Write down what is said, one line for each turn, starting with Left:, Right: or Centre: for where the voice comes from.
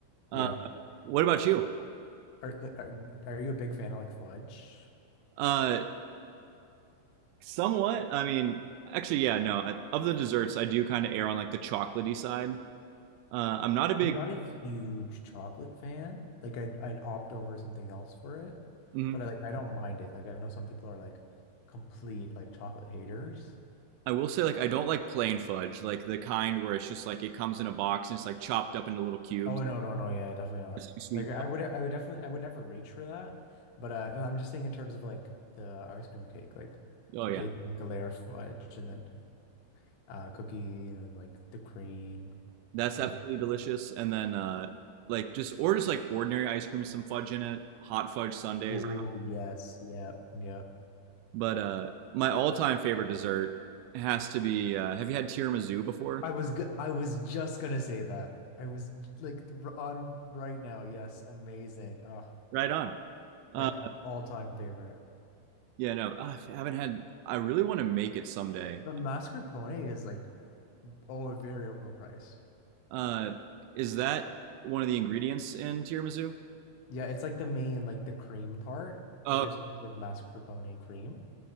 Right: Uh,
Left: yeah.
Right: what about you?
Left: Are like are, are you a big fan of like fudge?
Right: Uh, somewhat. I mean, actually, yeah, no. I, of the desserts, I do kind of err on like the chocolatey side. Uh, I'm not a big.
Left: I'm not a huge chocolate fan. Like I'd I'd opt over something else for it.
Right: Mhm.
Left: But I like I don't mind it. Like I know some people are like complete like chocolate haters.
Right: I will say like I don't like plain fudge, like the kind where it's just like it comes in a box and it's like chopped up into little cubes.
Left: Oh no, no, no, yeah, definitely not.
Right: It's too sweet.
Left: Like I would I would definitely I would never reach for that. But uh and I'm just saying in terms of like the ice cream cake, like
Right: Oh
Left: they
Right: yeah,
Left: do like a layer of fudge and then uh cookie and then like the cream.
Right: that's
Left: ice.
Right: absolutely delicious. And then uh, like just or just like ordinary ice cream with some fudge in it, hot fudge sundaes.
Left: Oh yes, yep, yep.
Right: But uh, my all-time favorite dessert has to be. Uh, have you had tiramisu before?
Left: I was g I was just gonna say that. I was like r- on right now, yes, amazing. Oh,
Right: Right on. Uh,
Left: like all time favorite.
Right: yeah, no, I haven't had. I really want to make it someday.
Left: But mascarpone is like oh very overpriced.
Right: Uh, is that one of the ingredients in tiramisu?
Left: Yeah, it's like the main like the cream part.
Right: Oh,
Left: Like you're supposed to like mascarpone cream.